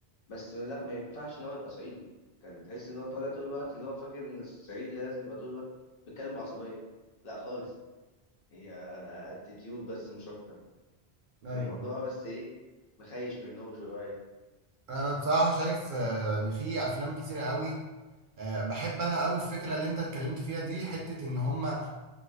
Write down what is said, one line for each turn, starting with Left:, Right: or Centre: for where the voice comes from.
Left: بس لا ما ينفعش ان هو يبقى صعيدي كان تحس ان هو طالع طول الوقت اللي هو فاكر ان الصعيدي لازم يبقى طول الوقت بيتكلم بعصبيه لا خالص هي اتيتيود بس مش اكتر فكان
Right: ايوه
Left: الموضوع بس ايه مخيش منهم شويه
Right: انا بصراحه شايف آه، ان في افلام كتير قوي آه، بحب انا قوي الفكره اللي انت اتكلمت فيها دي حته ان هم